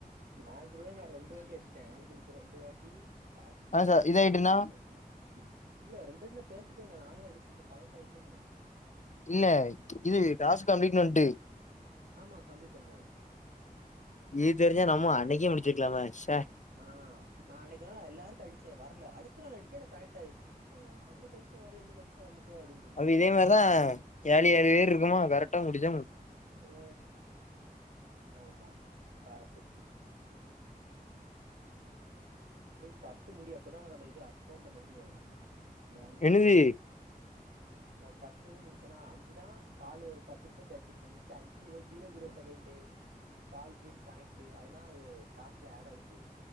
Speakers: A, on the right; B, on the left.
A: ஆண்ட்ருவாய் நா ரெண்டு வாட்டி அடிச்சுட்டே ஆண்டருக்கு ரெண்டு வாட்டி கார்த்திகாட்ட
B: ஆ சார் இதாயிட்டுன்னா
A: ஒருவாட்டி ரெண்டுவாட்டி இல்ல ரெண்டுவாட்டி நா பேசிட்டேருந்த நானு அடிச்சு கனெக்ட் ஆய்டுருந்த
B: இல்ல இது டாஸ்க் கம்ப்ளீட்னு வன்ட்டு
A: ஆமா கம்ப்ளீட் வந்துரு
B: இது தெரிஞ்சா நம்ம அன்னிக்கே முடிச்சுர்கலாம்ல ச
A: ஆ நா அன்னிக்குலா நா எல்லாருக் அடிச்சே வரல அடுத்த நாள் அடிக்க எனக் கனெக்ட் ஆய்ர்ச்சு என்னயா அன்னிக்கு அடிச்ச வரல இன்னிக்கு அடிச்சா வந்துட்டு அப்டின் இருன்ச்சு
B: அப்ப இதே மாரிதா
A: நா
B: ஏழு ஏழு பேர் இருக்குமா கரெக்டா முடிச்ச மு
A: அ ஆமா கரெக்டு போய் கட்டி முடி அப்பதா உனக்கு அந்த இது அக்கௌண்ட் அந்த இது வரு பேங்க்கு
B: என்னது
A: நா பத்து இது முடிச்சனா அஞ்சுதா காலு ஒரு பத்து நிம்ஷோ பேசிருக்கே மிச்சோ அஞ்சு எதோ zero zero second call didn't connect அதல்லா அது டாஸ்குல ஆட் ஆயிட்டு